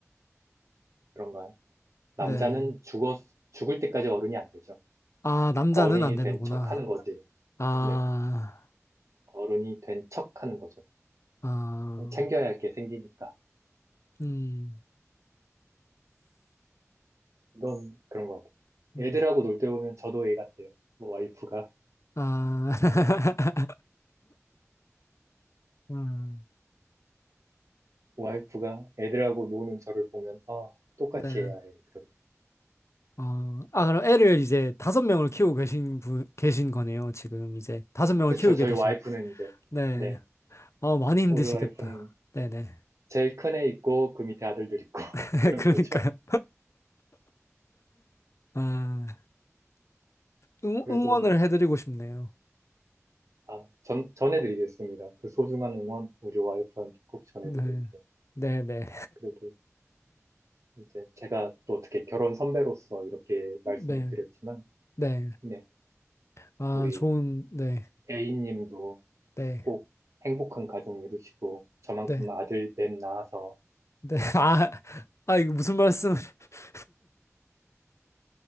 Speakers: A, on the right; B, on the left.
A: 그런가요? 남자는
B: 네.
A: 죽었, 죽을 때까지 어른이 안 되죠.
B: 아, 남자는
A: 어른이
B: 안 되는구나.
A: 된 척 하는 거지.
B: 아,
A: 네. 어른이 된 척 하는 거죠.
B: 아,
A: 챙겨야 할 게 생기니까.
B: 음,
A: 그건 그런 것 같아요.
B: 음,
A: 애들하고 놀 때 보면 저도 애 같아요. 뭐 와이프가,
B: 아, <laughs> 음,
A: 와이프가 애들하고 노는 저를 보면, 아, 똑같이
B: 네.
A: 해야 해. 그럼.
B: 아, 아, 그럼 애를 이제 다섯 명을 키우고 계신 분, 계신 거네요. 지금 이제 다섯 명을
A: 그쵸.
B: 키우게
A: 저희
B: 되신.
A: 와이프는 이제,
B: 네.
A: 네.
B: 어, 많이 힘드시겠다.
A: 우리 와이프는
B: 네네.
A: 제일 큰 애 있고 그 밑에 아들들 있고
B: <laughs>
A: <laughs> 그런
B: 그러니까요.
A: 거죠.
B: 아, 응,
A: 그래도
B: 응원을 해드리고 싶네요.
A: 아, 전, 전해드리겠습니다. 그 소중한 응원 우리 와이프한테 꼭 전해드릴게요.
B: 네. 네네.
A: 그래도 이제 제가 또 어떻게 결혼 선배로서 이렇게
B: 네.
A: 말씀을 드렸지만,
B: 네.
A: 네,
B: 아,
A: 우리
B: 좋은, 네.
A: A님도
B: 네.
A: 꼭 행복한 가정 이루시고 저만큼
B: 네.
A: 아들 넷 낳아서
B: 네. <laughs> 아, 아, 이거 무슨 말씀, <laughs>